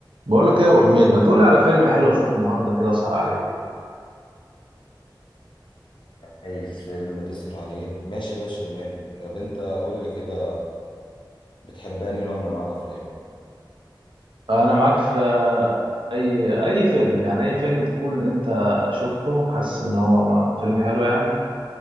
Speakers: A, on the right; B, on the left.
A: بقول لك ايه يا ابو حميد ما تقولي على فيلم حلو اشوفه النهارده كده اسهر عليه
B: عايز فيلم تسهر عليه ماشي يا باشا وماله طب انت قول لي كده بتحب انهي نوع من انواع الافلام
A: انا معاك في اي اي فيلم يعني اي فيلم تكون انت شفته حاسس ان هو ما- فيلم حلو يعني